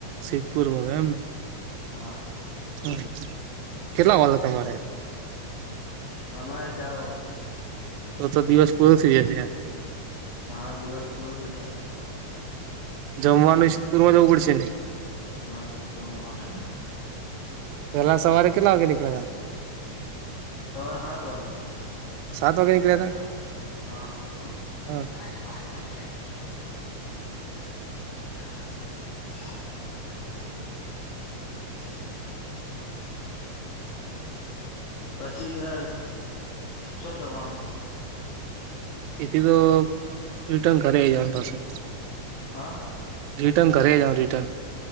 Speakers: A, on the right; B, on the left.
A: સિદ્ધપુર માં ગ્યો, એમ ને.
B: હા.
A: હમ્મ, કેટલા વાલા તમારે.
B: હમારે ચાર.
A: તો તો દિવસ પૂરો થઈ જાશે.
B: હા, દિવસ પૂરો થઈ જાહો.
A: જમવાનુંય સિદ્ધપુરમાં જવું પડશે નય.
B: હા, સિદ્ધપુર માં હોટલે.
A: પેલા સવારે કેટલા વાગે નીકળેલા.
B: સાવાર હાત વાજે.
A: હતા
B: હ
A: સાત વાગે નીકળ્યા હતા
B: <unintelligible>
A: હા <unintelligible>
B: <unintelligible> <unintelligible> ચો જવાનું.
A: એથી તો રિટર્ન ધરે આઈ જવાનું પાસું.
B: હા.
A: રિટર્ન કર જ, જાવ રિટર્ન.